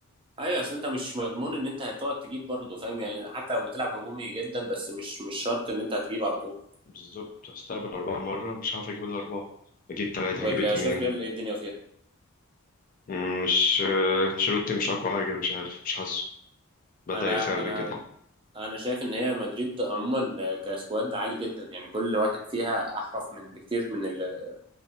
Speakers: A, on the right (about 25°); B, on the left (about 40°).
A: ايوه اصل انت مش مضمون ان انت هتقعد تجيب برضه فاهم يعني حتى لو بتلعب هجومي جدا بس مش مش شرط ان انت هتجيب على طول
B: بالظبط هستقبل أربعة مرة مش هعرف أجيب الأربعة أجيب تلاتة
A: ولا
B: أجيب اتنين
A: شايف ريال ايه الدنيا فيها
B: مم، مش آه، أنشيلوتي مش أقوى حاجة مش عارف مش حاسه بدأ
A: انا
B: يخري
A: انا
B: كده
A: انا شايف ان هي مدريد عموما كسكواد عالي جدا يعني كل واحد فيها احرف من بكتير من ال...